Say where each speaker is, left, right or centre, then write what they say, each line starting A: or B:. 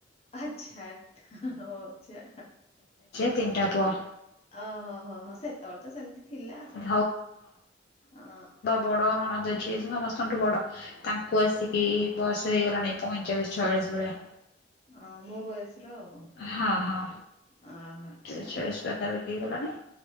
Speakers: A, on the left; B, on the left.
A: ଆଛା ଆ ଓ ଆଛା।
B: ତିନଟା ପୁଅ।
A: ଓହୋ ହୋ ହୋ ସେତୋଳେ ତ ସେମତି ଥିଲା ଆଉ
B: ହୁଁ
A: ଅ।
B: ବଡ଼ ନଣନ୍ଦ ଝିଅ ସେ ସମସ୍ତଙ୍କଠୁ ବଡ଼ ତାଙ୍କୁ ଆସିକି ବୟସ ହେଇଗଲାଣି ପଇଁଚାଳିଶ ଛୟଳିଶ ଭଳିଆ।
A: ଅଁ ମୋ ବୟସର ଆଉ।
B: ହଁ। ହଁ।
A: ଅ ଆଚ୍ଛା
B: ପଇଁଚାଳିଶ ଛୟାଳିଶ ପାଖାପାଖି ହେଇଗଲାଣି